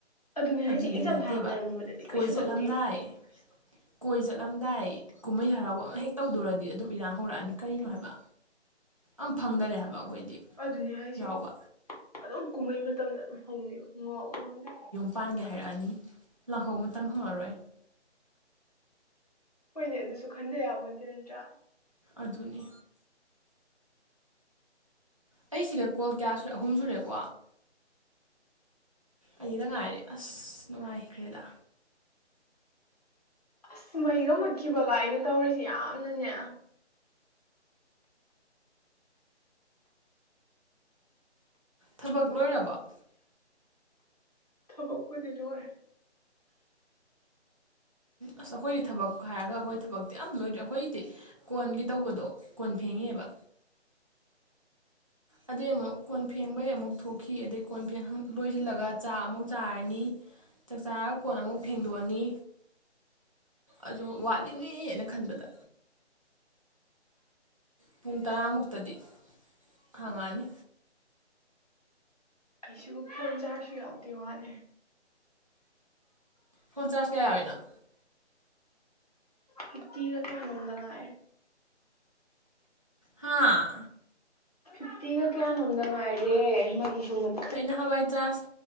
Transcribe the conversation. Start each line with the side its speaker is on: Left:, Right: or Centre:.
Left: ꯑꯗꯨꯅꯦ
Right: ꯑꯗꯨꯗꯤ
Left: ꯍꯥꯏꯁꯦ ꯑꯦꯛꯖꯥꯝ
Right: ꯅꯠꯇꯦꯕ
Left: ꯊꯥꯔꯝꯗꯥꯏꯒꯨꯝꯕꯗꯗꯤ
Right: ꯀꯣꯏ
Left: ꯀꯩꯁꯨ
Right: ꯆꯠꯂꯝꯗꯥꯏ
Left: ꯇꯧꯗꯦ
Right: ꯀꯣꯏ ꯆꯠꯂꯝꯗꯥꯏ ꯀꯨꯝꯍꯩ ꯍꯔꯥꯎꯕ ꯑꯃ ꯍꯦꯛ ꯇꯧꯗꯧꯔꯗꯤ ꯑꯗꯨꯝ ꯏꯔꯥꯡ ꯍꯧꯔꯛꯑꯅꯤ ꯀꯔꯤꯅꯣ ꯍꯥꯏꯕ ꯑꯝ ꯐꯪꯗꯔꯦ ꯍꯥꯏꯕ ꯑꯩꯈꯣꯏꯗꯤ
Left: ꯑꯗꯨꯅꯤ ꯍꯥꯏꯁꯤ
Right: ꯌꯥꯎꯕ
Left: ꯑꯗꯨꯝ ꯀꯨꯝꯍꯩ ꯃꯇꯝꯗ ꯑꯗꯨꯝ ꯍꯧꯅꯤꯕ ꯉꯥꯎꯕ ꯈꯪꯗꯦ
Right: ꯄꯥꯟꯒꯤ ꯍꯥꯏꯔꯛꯑꯅꯤ ꯂꯥꯡꯍꯧ ꯃꯇꯝ ꯐꯪꯉꯔꯣꯏ
Left: ꯍꯣꯏꯅꯦ ꯑꯗꯨꯁꯨ ꯈꯟꯗ ꯌꯥꯄꯣꯟꯇꯦ ꯅꯠꯇ꯭ꯔꯥ
Right: ꯑꯗꯨꯅꯦ ꯑꯩ ꯁꯤꯒ ꯀꯣꯜ ꯀꯌꯥ ꯁꯨꯔꯦ ꯑꯍꯨꯝ ꯁꯨꯔꯦꯀꯣ ꯑꯅꯤꯗ ꯉꯥꯏꯔꯦ ꯑꯁ ꯅꯨꯡꯉꯥꯏꯈ꯭ꯔꯦꯗ
Left: ꯑꯁ ꯃꯩꯒ ꯃꯨꯠꯈꯤꯕꯒ ꯑꯩꯅ ꯇꯧꯔꯤꯁꯦ ꯌꯥꯝꯅꯅꯦ
Right: ꯊꯕꯛ ꯂꯣꯏꯔꯕꫭ
Left: ꯊꯕꯛꯄꯨꯗꯤ ꯂꯣꯏꯔꯦ
Right: ꯑꯁ ꯑꯩꯈꯣꯏꯒꯤ ꯊꯕꯛ ꯍꯥꯏꯔꯒ ꯑꯩꯈꯣꯏ ꯊꯕꯛꯇꯤ ꯑꯝ ꯂꯣꯏꯗ꯭ꯔꯤ ꯑꯩꯈꯣꯏꯗꯤ ꯀꯣꯟꯒꯤ ꯇꯧꯕꯗꯣ ꯀꯣꯟ ꯐꯦꯡꯉꯤꯑꯦꯕ ꯑꯗꯨꯏ ꯑꯃꯨꯛ ꯀꯣꯟ ꯐꯦꯡꯕꯩ ꯑꯃꯨꯛ ꯊꯣꯛꯈꯤ ꯑꯗꯩ ꯀꯣꯟ ꯐꯦꯡ ꯂꯣꯏꯁꯤꯜꯂꯒ ꯆꯥꯛ ꯑꯃꯨꯛ ꯆꯥꯔꯅꯤ ꯆꯥꯛꯆꯥꯔ ꯀꯣꯟ ꯑꯃꯨꯛ ꯐꯦꯡꯗꯣꯛꯑꯅꯤ ꯑꯗꯨ ꯋꯥꯠꯂꯤꯅꯦꯅ ꯈꯟꯕꯗ ꯄꯨꯡ ꯇꯔꯥꯃꯨꯛꯇꯗꯤ ꯈꯥꯡꯉꯥꯑꯅꯤ
Left: ꯑꯩꯁꯨ ꯐꯣꯟ ꯆꯥꯔꯁꯨ ꯌꯥꯎꯗꯦ ꯋꯥꯅꯤ
Right: ꯐꯣꯟ ꯆꯥꯔꯖ ꯀꯌꯥ ꯌꯥꯎꫪꯤꯅꫭ
Left: ꯐꯤꯞꯇꯤꯒ ꯀꯌꯥ ꯅꫭꯝꯗ ꯉꯥꯏꯔꯦ
Right: ꯍꯥꯥ
Left: ꯐꯤꯐꯇꯤꯒ ꯀꯌꯥꯅꯣꯝꯗ ꯉꯥꯏꯔꯦ ꯃꯩꯁꯨ ꯃꯨꯠ
Right: ꯑꯩ ꯅꯍꯥꯜꯋꯥꯏ ꯆꯥꯥꯁ